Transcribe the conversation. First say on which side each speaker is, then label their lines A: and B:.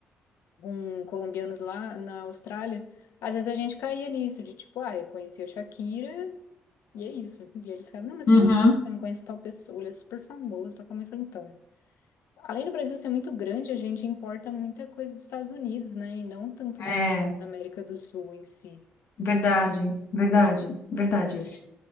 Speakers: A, on the left; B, on the left.
A: com colombianos lá na Austrália, às vezes a gente caía nisso, de tipo, ah, eu conheci a Shakira e é isso. E eles ficavam, não, mas
B: Uhum.
A: como assim? Você não conhece tal pessoa? Ele é super famoso, toca muito. Eu falei, Então, além do Brasil ser muito grande, a gente importa muita coisa dos Estados Unidos, né? E não tanto
B: É.
A: da, da América do Sul em si.
B: Verdade, verdade, verdade isso.